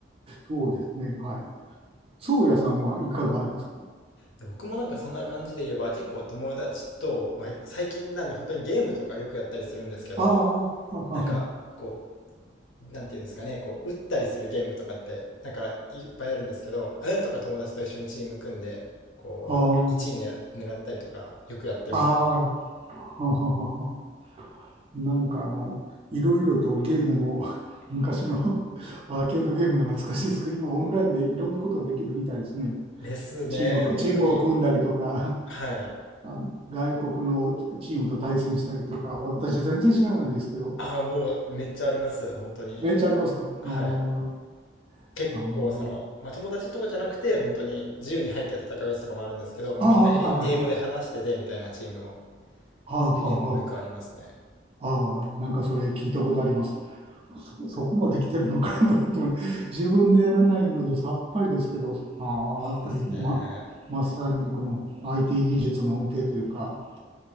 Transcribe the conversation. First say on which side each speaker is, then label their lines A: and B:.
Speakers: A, on the right; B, on the left.
A: そうですね。はい。宗谷さんはいかがですか
B: で僕もなんかそんな感じで言えば結構友達と、まあ、最近なんで本当にゲームとかよくやったりするんですけど、
A: ああ、あ
B: なんかこなんていうんですかね、こう、打ったりするゲームとかって、なんかいっぱいあるんですけど、ああいうのとか友達と一緒にチーム組んで、こう、
A: あ、あ
B: 1位狙、狙ったりとか、よくやってますね。
A: あ、ああ、はははは。なんかあの、いろいろとゲームも <laughs> 昔の <laughs> アーケードゲームが懐かしいですけど、今オンラインでいろんなことができるみたいですね。
B: ですね、
A: チーム、
B: 本当に。
A: チームを組んだりとか、
B: はい。
A: <laughs> あ外国のチームと対戦したりとか、私は全然知らないんですけど、
B: ああ、もうめっちゃあります、本当に。
A: めっちゃありますかああ、
B: はい。結構、
A: なるほど。
B: その、まあ、友達とかじゃなくて、本当に自由に入って戦うやつとかもあるんですけど、もうみんなえ英語で話しててみたいなチームも、
A: ああ、はいはいはい。はあはあは
B: そういうゲームもよくありますね。
A: あ。ああ、なんかそれ聞いたことあります。そ、そこまで来てるのかなと思って、<laughs> 自分でやらないのでさっぱりですけど、ああ、やっぱりま、
B: ですね。
A: まさにこの IT 技術の恩恵というか、